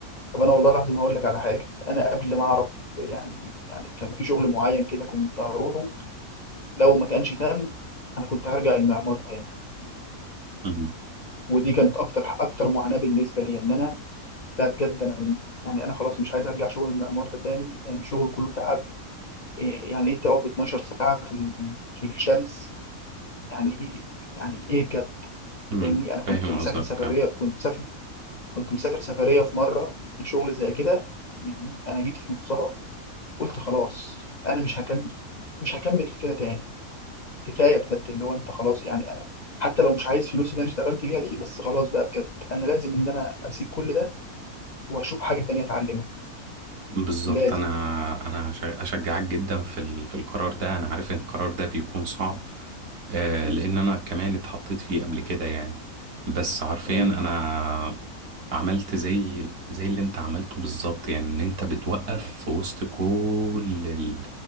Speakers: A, on the left (about 55°); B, on the right (about 80°).
A: طب انا والله العظيم هقول لك على حاجه انا قبل ما اعرف يعني يعني كان في شغل معين كده كنت هروحه لو ما كانش تام انا كنت هرجع المعمار تاني
B: مم.
A: ودي كانت اكتر اكتر معاناه بالنسبه لي ان انا لا بجد انا يعني انا خلاص مش عايز ارجع شغل المعمار ده تاني لان يعني الشغل كله تعب إيه يعني ايه تقف 12 ساعه في ال- في الشمس يعني ايه يعني ايه بجد
B: مم.
A: فاهمني انا كنت
B: فاهم
A: مسافر
B: قصدك
A: سفريه كنت مسافر كنت مسافر سفريه في مره لشغل زي كده يعني انا جيت في نصها قلت خلاص انا مش هكمل مش هكمل في كده تاني كفايه بجد اللي هو انت خلاص يعني انا حتى لو مش عايز فلوس اللي انا اشتغلت بيها دي بس خلاص بقى بجد انا لازم ان انا اسيب كل ده واشوف حاجه تانية اتعلمها
B: بالظبط
A: لازم
B: انا انا أش- اشجعك جدا في ال- في القرار ده انا عارف ان القرار ده بيكون صعب آه،
A: امم
B: لان انا كمان اتحطيت فيه قبل كده يعني بس حرفيا
A: ايوه
B: انا عملت زي زي اللي انت عملته بالظبط يعني ان انت بتوقف في وسط كل
A: مم.
B: ال-